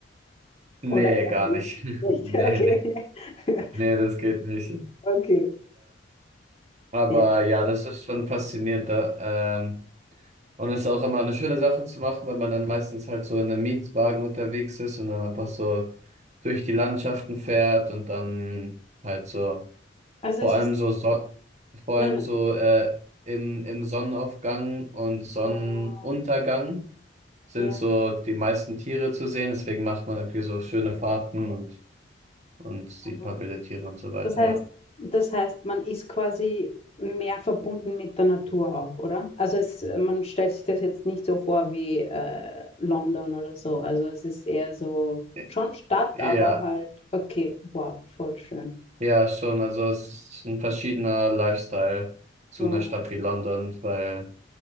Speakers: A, on the right; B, on the left.
A: nee,
B: Oder eher
A: gar
B: nicht?
A: nicht. <laughs>
B: Nicht,
A: Nee,
B: <laughs> okay.
A: nee.
B: <laughs>
A: Nee, das geht nicht.
B: Okay.
A: Aber
B: Ja.
A: ja, das ist schon faszinierend. Da, ähm, und es ist auch immer eine schöne Sache zu machen, wenn man dann meistens halt so in einem Mietwagen unterwegs ist und dann einfach
B: Wow.
A: so durch die Landschaften fährt und dann halt so,
B: Also
A: vor
B: es
A: allem
B: ist,
A: so, so vor
B: nein,
A: allem
B: nein.
A: so äh, im, im Sonnenaufgang und Sonnenuntergang
B: Wow.
A: sind
B: Ja.
A: so die meisten Tiere zu sehen. Deswegen macht man irgendwie so schöne Fahrten und und die
B: wow.
A: Pappe der Tiere und so weiter,
B: Das heißt,
A: ja.
B: das heißt, man ist quasi mehr verbunden mit der Natur auch, oder? Also es, man stellt sich das jetzt nicht so vor wie äh, London oder so. Also es ist eher so
A: Ä-
B: schon Stadt, aber
A: Ja,
B: halt, okay, wow, voll schön.
A: ja, schon. Also es ist ein verschiedener Lifestyle zu
B: Wow.
A: einer Stadt wie London, weil